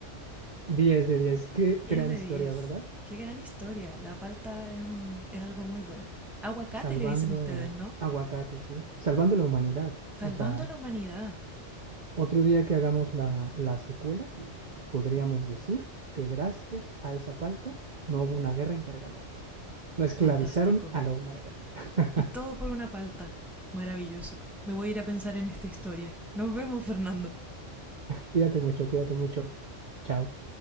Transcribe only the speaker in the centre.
diez
de
diez
Qué gran historia. La palta es, un, es algo muy bueno. Aguacate
le dicen ustedes, ¿no?
Salvando
a la humanidad.
Fantástico.
Y todo por una palta. Maravilloso. Me voy a ir a pensar en esta historia. Nos vemos, Fernando.